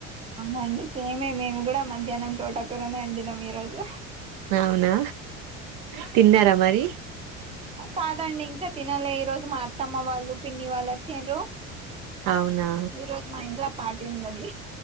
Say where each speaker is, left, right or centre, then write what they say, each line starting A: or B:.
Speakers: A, on the right; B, on the right.
A: అవునండి సేమే మేము కూడా మధ్యాహ్నం తోటాకూరనే వండినాం ఈరోజు
B: అవునా తిన్నారా మరి
A: కాదండి ఇంకా తినలే ఈరో మా అత్తమ్మ వాళ్ళు పిన్ని వాళ్ళు వచ్చిండ్రు
B: అవున
A: ఈ రోజు మా ఇంట్లో పార్టీ ఉన్నది